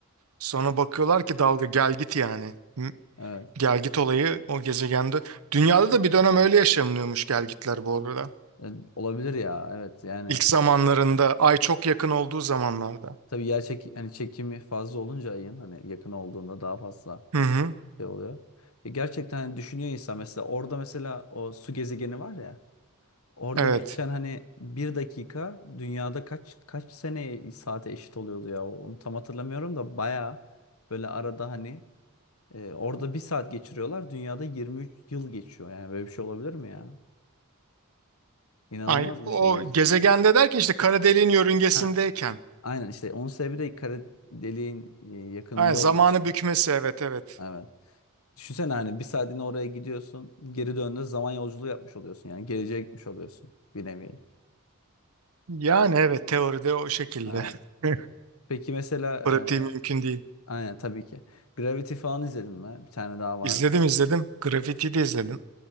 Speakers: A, on the right (about 80°); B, on the left (about 75°).
A: Sonra bakıyorlar ki dalga gel git yani. Hı,
B: Evet.
A: Gel git olayı o gezegende. Dünyada da bir dönem öyle yaşanıyormuş gel gitler bu arada.
B: E, olabilir ya. Evet yani
A: İlk zamanlarında ay çok yakın olduğu zamanlarda.
B: tabii yer çek yani çekimi fazla olunca ayın hani yakın olduğunda daha fazla
A: Hı hı.
B: şey oluyor. E, gerçekten hani düşünüyor insan mesela orada mesela o su gezegeni var ya. Orada
A: Evet.
B: geçen hani bir dakika dünyada kaç kaç sene saate eşit oluyordu ya onu tam hatırlamıyorum da baya böyle arada hani e, orada bir saat geçiriyorlar dünyada 23 yıl geçiyor yani böyle bir şey olabilir mi ya? İnanılmaz
A: Ay
B: bir
A: o
B: şey gerçekten.
A: gezegende derken işte kara deliğin yörüngesindeyken.
B: Ha, aynen işte onun sebebi de kara deliğin e, yakınında
A: Ay, zamanı
B: olması.
A: bükmesi evet evet.
B: Evet. Düşünsene hani bir saatine oraya gidiyorsun geri döndüğünde zaman yolculuğu yapmış oluyorsun yani geleceğe gitmiş oluyorsun bir nevi.
A: Yani evet teoride o şekilde.
B: Ha.
A: <laughs>
B: Peki mesela
A: Pratiği mümkün
B: e,
A: değil.
B: Aynen tabii ki. Gravity falan izledin mi? Bir tane daha vardı.
A: İzledim izledim. Gravity'yi de izledim.